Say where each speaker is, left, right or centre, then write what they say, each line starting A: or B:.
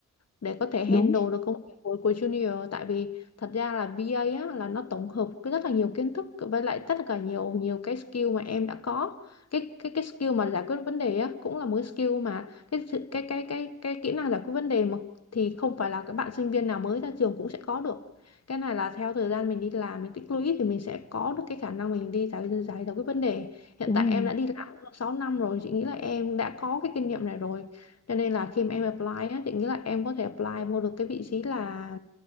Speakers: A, on the left; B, on the left.
A: để có thể handle
B: Đúng,
A: được công việc của, của junior tại vì thật ra là BA á, là nó tổng hợp cái rất là nhiều kiến thức với lại tất cả nhiều nhiều cái skill mà em đã có cái cái cái skill mà giải quyết vấn đề á cũng là một cái skill mà cái sự- cái cái cái cái kỹ năng giải quyết vấn đề mà thì không phải là các bạn sinh viên nào mới ra trường cũng sẽ có được cái này là theo thời gian mình đi làm mình tích lũy thì mình sẽ có được cái khả năng mình đi giải giải giải quyết vấn đề hiện
B: đúng
A: tại em
B: rồi.
A: đã đi làm cũng được 6 năm rồi chị nghĩ là em đã có cái kinh nghiệm này rồi cho nên là khi mà em apply á chị nghĩ là em có thể apply vô được cái vị trí là